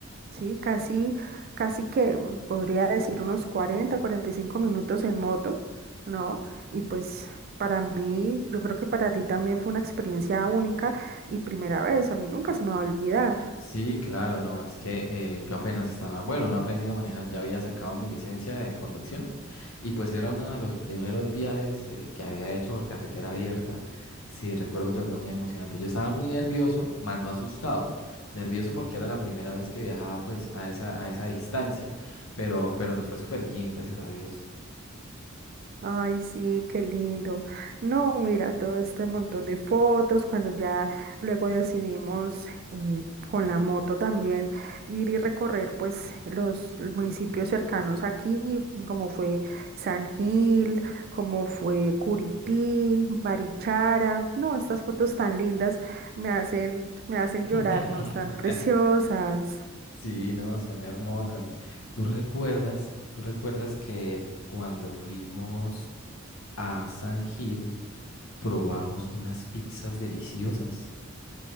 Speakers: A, on the right; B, on the left.
A: Sí, casi, casi que mm, podría decir unos 40, 45 minutos en moto, ¿no? Y pues para mí, yo creo que para ti también fue una experiencia única y primera vez, a mí nunca se me va a olvidar.
B: Sí, claro, no, es que eh, yo apenas estaba, bueno, no he aprendido a manejar, ya había sacado mi licencia de conducción y pues era uno de los primeros viajes eh, que había hecho por carretera abierta. Sí, recuerdo que fue muy emocionante. Yo estaba muy nervioso, más no asustado. Nervioso porque era la primera vez que viajaba pues a esa, a esa distancia, pero, pero nos fue súper bien, gracias a Dios.
A: Ay, sí, qué lindo. No, mira, todo este montón de fotos, cuando ya luego decidimos eh, con la moto también ir y recorrer pues los municipios cercanos aquí, como fue San Gil, como fue Curití, Barichara. No, estas fotos tan lindas me hacen, me hacen
B: <laughs>
A: llorar, ¿no? Están preciosas.
B: Sí, no, son hermosas. ¿Tú recuerdas, tú recuerdas que cuando fuimos a San Gil, Probamos unas pizzas deliciosas.